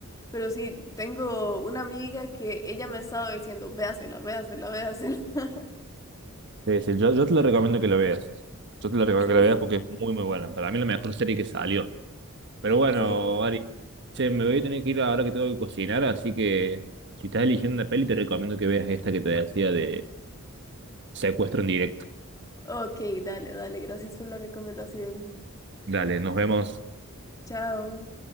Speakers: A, on the left (about 15°); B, on the right (about 55°).
A: Pero sí, tengo una amiga que ella me estaba diciendo, véasela, véasela, véasela. <laughs>
B: Sí, sí, yo, yo te lo recomiendo que lo veas. Yo te lo recomiendo
A: Sí,
B: que lo veas porque es muy, muy buena. Para mí la mejor serie que salió. Pero bueno,
A: sí.
B: Ari, che, me voy a tener que ir ahora que tengo que cocinar, así que si estás eligiendo una peli, te recomiendo que veas esta que te decía de Secuestro en directo.
A: Ok, dale, dale. Gracias por la recomendación.
B: Dale, nos vemos.
A: Chao.